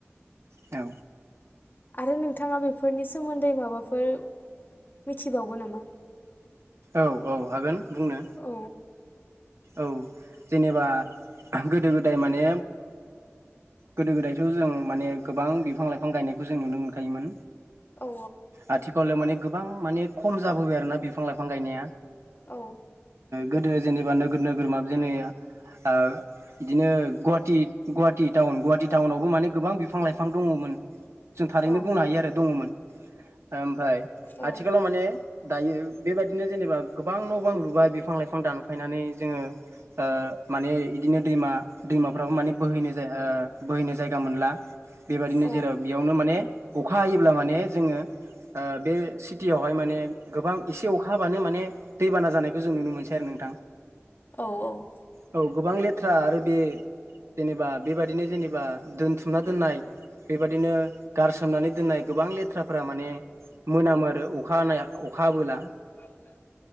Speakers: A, on the right (about 65°); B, on the left (about 45°).
A: औ
B: आरो नोंथाङा बेफोरनि सोमोन्दै माबाफोर मिथिबावगो नामा?
A: औ औ हागोन बुंनो
B: औ
A: औ जेनेबा गोदो गोदाय माने गोदो गोदायथ जों माने गोबां बिफां लाइफां गायनायखौ जों नुनो मोनखायोमोन
B: औ
A: आथिखालाव माने गोबां माने खम जाबोबाय आरोना बिफां लाइफां गायनाया
B: औ
A: गोदो जेनेबा नोगोरमा जेनै बिदिनो गुवाहाटिी गुवाहाटि टाउन गुवाहाटि टाउनावबो माने गोबां बिफां लाइफां दङमोन जों थारैनो
B: औ
A: बुंनो हायो आरो दङमोन ओमफ्राय
B: औ
A: आथिखालाव माने दायो बेबायाददिनो जेनेबा गोबां न बां लुबाय बिफां फां लाइफां दानफायनानै जोङो ओ माने इदिनो दै दैमाफ्रो म बोहैनो ज ओ बोहैनो जायगा मोनला बेबायदिनो
B: औ
A: जेराव बेयावनो माने अखा हायोब्ला माने जोङो बे सिटियावहाय माने गोबां एसे अखा हाबानो माने दैबाना जानायखौ जों नुनो मोनसै आरो नोंथां
B: औ औ
A: औ गोबां लेथ्रा आरो बे जेनेबा बेबादिनो जेनेबा दोनथुमना दोननाय बेबादिनो गारसोमनानै दोननाय गोबां लेथ्राफोरा माने मोनामो आरो अखा हानाया अखाहाबीला
B: अखाहाबीला